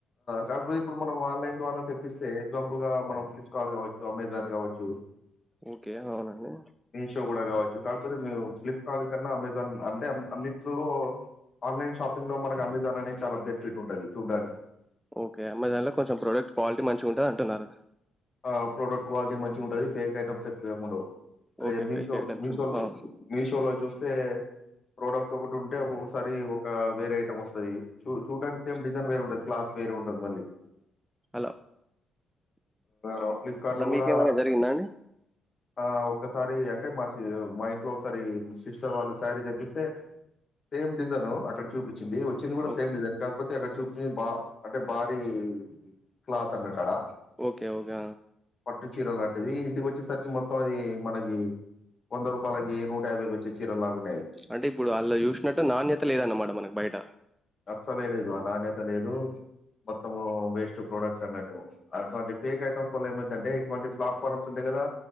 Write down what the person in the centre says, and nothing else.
ఓకే అవునండి
ఓకే అమెజాన్ లో కొంచెం ప్రోడక్ట్ క్వాలిటీ మంచిగా ఉంటది అంటున్నారు
ఓకే
ఫేక్ ఐటమ్స్
ఉండవు
ఆ,
అలా
అలా
మీకేమైనా
జరిగిందా అండి
ఓ
ఓకే ఓకే
అంటే ఇప్పుడు అళ చూసినట్టు నాణ్యత లేదన్నమాట మనకు బయట